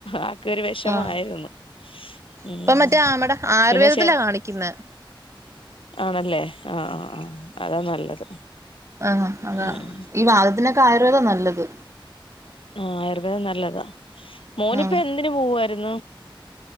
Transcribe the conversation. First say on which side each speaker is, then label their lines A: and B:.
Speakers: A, on the left; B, on the right.
A: ആക്കൊരു വെഷമായിരുന്നു
B: ആഹ്
A: ഉം
B: ഇപ്പൊ മറ്റേ നമ്മടെ ആയുർവേദത്തിലാ
A: പിന്നെ ചേ
B: കാണിക്കുന്നെ
A: ആണല്ലേ ആഹ് ആഹ് അതാ നല്ലത്
B: ആഹ് അതാ
A: ഉം
B: ഈ വാദത്തിനൊക്ക ആയുർവേദാ നല്ലത്
A: ആഹ് ആയുർവേദം നല്ലതാ മോനിപ്പൊ
B: ഉം
A: എന്തിന് പോവാ രുന്നു